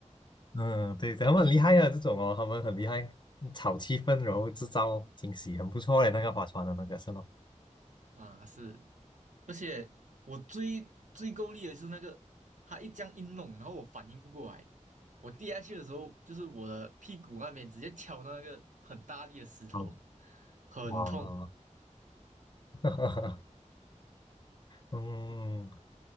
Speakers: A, on the left; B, on the right.
A: 嗯，对，他们很厉害啊，这种哦，他们很厉害，炒气氛，然后制造惊喜，很不错嘞。那个划船的那个是吧？
B: <laughs> 啊，是。而且我最最够力的是那个，他一这样一弄，然后我反应不过来，我跌下去的时候，就是我的屁股那边直接敲到那个很大力的石头，
A: 好，
B: 很痛。
A: 哇，<laughs> 嗯，